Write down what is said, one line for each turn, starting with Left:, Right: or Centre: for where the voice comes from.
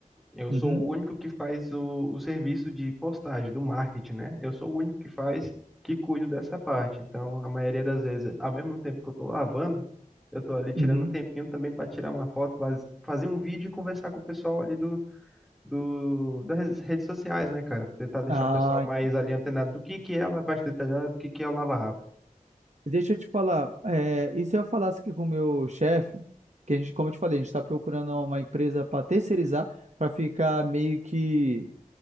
Centre: Eu
Right: Uhum,
Centre: sou o único que faz o, o serviço de postagem, do marketing, né? Eu sou o único que faz, que cuido dessa parte. Então, a maioria das vezes, ao mesmo tempo que eu estou lavando, eu estou ali tirando
Right: uhum.
Centre: um tempinho também para tirar uma foto, faz- fazer um vídeo e conversar com o pessoal ali do, do, das redes sociais, né, cara? Tentar deixar
Right: Ah,
Centre: o pessoal mais ali antenado do que que é a lavagem detalhada, do que que é o lava-rápido.
Right: Deixa eu te falar, é, e se eu falasse aqui com o meu chefe, que a gente, como eu te falei, a gente está procurando uma empresa para terceirizar, para ficar meio que